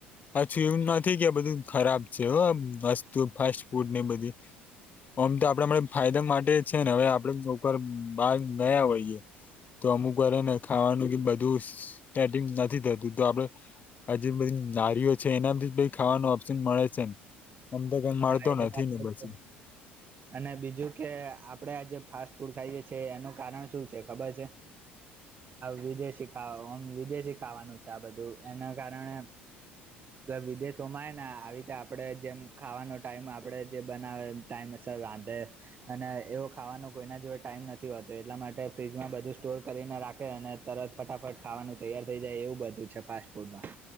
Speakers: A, on the left; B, on the right.
A: પાછું એવું નથી કે આ બધું ખરાબ છે આ વસ્તુ ફાસ્ટ ફૂડ ને બધી ઓમ તો આપડે ફાયદા માટે છે ને હવે આપણે ઉપર બાર ગયા હોઈએ. તો અમુક કરે ને ખાવાનું બધું સટિંગ નથી થતું તો આપડણે આજ બધી નારીઓ છે એનાથી ખાવાનું ઓપ્શન મળે છે ને. આમ તો કઈ મળતો
B: હા એ
A: નથી
B: વાત
A: ને પછી.
B: છે અને બીજું કે આપડે આજ ફાસ્ટ ફૂડ ખાઈએ છી એનું કારણ શું છે ખબર છે. વિદેશી ખાવામ વિદેશી ખાવાનું છે આ બધું એના કારણે વિદેશોમાં ને આવી રીતે આપડે જેમ ખાવાનો ટાઈમ આપણે જે બનાવે એ ટાઈમે સર રાધે અને એવો ખાવાનો કોઈના જોડે ટાઈમ નથી હોતો એટલા માટે ફ્રીજમાં બધું સ્ટોર કરીને રાખે અને તરત ફટાફટ ખાવાનું તૈયાર થઈ જાય એવું બધું છે ફાસ્ટ ફૂડમાં.